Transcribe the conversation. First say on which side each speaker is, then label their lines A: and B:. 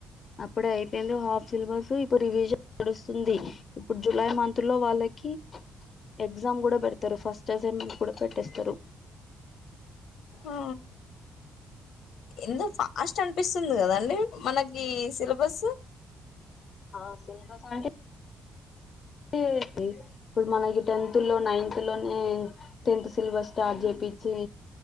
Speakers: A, on the left; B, on the left.
A: అప్పుడే అయిపోయింది హాఫ్ సిలబస్ ఇప్పుడు రివిజన్ నడుస్తుంది, ఇప్పుడు జులై మంత్ లో వాళ్ళకి ఎగ్జామ్ గూడ పెడతరు ఫస్ట్ అసైన్మెంట్ కూడ పెట్టేస్తరు.
B: ఆ ఎందుకు ఫాస్ట్ అని పిస్తుంది కదండి మనకీ సిలబస్
A: ఆ సిలబస్ అంటే టే ఏంటి ఇప్పుడు మనకి టెన్త్ లో నైన్త్ లోనే టెన్త్ సిలబస్ స్టార్ట్ చేపి చ్చి